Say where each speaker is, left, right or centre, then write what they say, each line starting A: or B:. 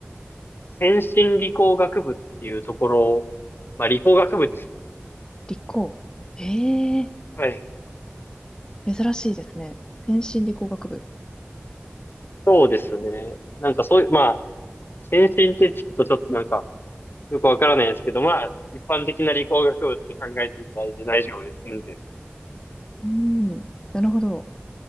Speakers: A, on the left; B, on the left.
A: 先進理工学部っていうところ、まあ理工学部です。
B: 理工。えー、
A: はい。
B: 珍しいですね。先進理工学部。
A: そうですね。なんかそういう、ま検診って聞くとちょっとなんか、よくわからないですけど、まあ、一般的な理工学部って考えていただいて大丈夫ですんで。
B: うん、なるほど。